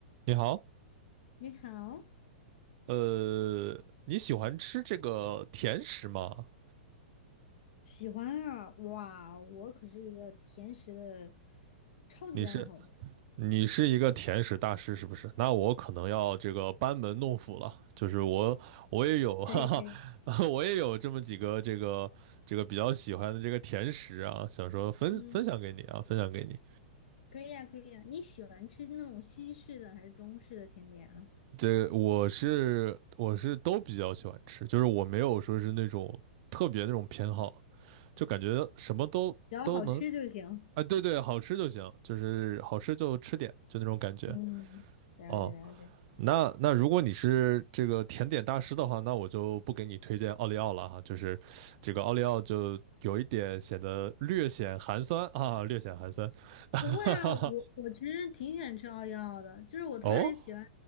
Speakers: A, on the right; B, on the left.
A: 你好，
B: 你好，
A: 呃，你喜欢吃这个甜食吗？
B: 喜欢啊！哇，我可是一个甜食的超级爱好者。
A: 你是你是一个甜食大师是不是？那我可能要这个班门弄斧了，就是我我也有
B: 可以可以
A: <laughs> 哈哈，<laughs> 我也有这么几个这个这个比较喜欢的这个甜食啊，想说分分享给你啊，
B: <laughs>，嗯，
A: 分享给你。
B: 可以呀、可以呀、你喜欢吃那种西式的还是中式的甜点啊？
A: 这我是我是都比较喜欢吃，就是我没有说是那种特别那种偏好，就感觉什么都都能
B: 只要好吃就行。
A: 啊，对对，好吃就行，就是好吃就吃点，就那种感觉。
B: 嗯，了解了解。
A: 哦，那那如果你是这个甜点大师的话，那我就不给你推荐奥利奥了哈，就是这个奥利奥就有一点显得略显寒酸啊，略显寒酸。<laughs> 哈哈，
B: 不会啊，我我其实挺喜欢吃奥利奥的，就是我特别喜欢。
A: 哦